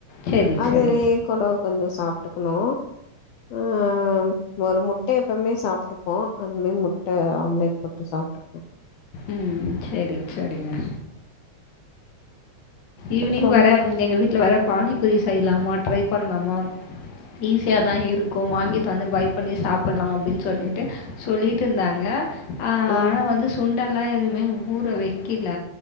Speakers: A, on the left; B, on the left.
A: சரி
B: அதே
A: சரி
B: கூடோ கொஞ்சோ சாப்ட்டுக்குனோ ஆ ம் ஒரு முட்ட எப்பவ்மே சாப்ட்டுப்போ அதுமே முட்ட ஆம்லெட் போட்டு சாப்ட்டுக்வோ
A: ம் செரி செரிங்க ஈவினிங்
B: அப்புறம்
A: வேற எங்க வீட்ல வேற பானிபூரி செய்லாமா ட்ரை பண்லாமா ஈஸியா தா இருக்கு வாங்கிட் வந்து பய்ப் பண்ணி சாப்புல்லா அப்டின் சொல்லிட்டு சொல்லிட்டுந்தாங்க அ
B: ம்
A: ஆனா வந்து சொ சுண்டெல்லா எதுவுமே ஊற வெக்கில